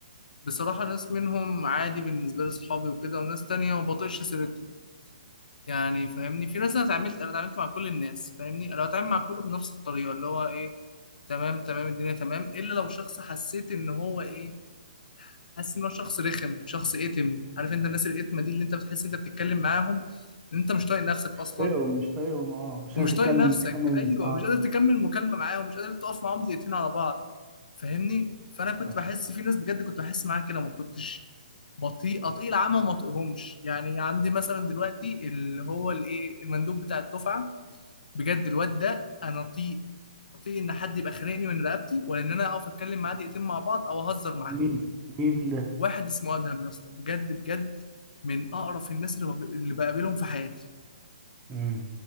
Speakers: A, on the left (about 70°); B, on the right (about 20°).
A: بصراحة ناس منهم عادي بالنسبة لي صحابي وكده وناس تانية ما بطيقش سيرتهم يعني فاهمني في ناس انا اتعاملت انا اتعاملت مع كل الناس فاهمني انا بتعامل مع كله بنفس الطريقه اللي هو ايه تمام تمام الدنيا تمام الا لو شخص حسيت ان هو ايه حاسس ان هو شخص رخم شخص اتم عارف انت الناس الاتمه دي اللي انت بتحس انت بتتكلم معاهم ان انت مش طايق نفسك
B: مش
A: اصلا
B: طايقهم مش طايقهم أه مش
A: ومش
B: هتتكلم
A: طايق نفسك
B: تكمل
A: ايوه
B: أه
A: مش قادر تكمل مكالمه معاهم مش قادر تقف معاهم دقيقتين على بعض فاهمني فانا كنت
B: آه.
A: بحس في ناس بجد كنت بحس معاها كده ما كنتش بطيء اطيل العمى وما اطيقهمش يعني عندي مثلا دلوقتي اللي هو الايه المندوب بتاع الدفعه بجد الواد ده انا اطيق اطيق ان حد يبقى خانقني من رقبتي ولا ان انا اقف اتكلم معاه دقيقتين مع بعض او اهزر معاه
B: مين مين ده
A: واحد اسمه ادهم يا اسطى بجد بجد من اقرف الناس اللي بق- اللي بقابلهم في حياتي
B: امم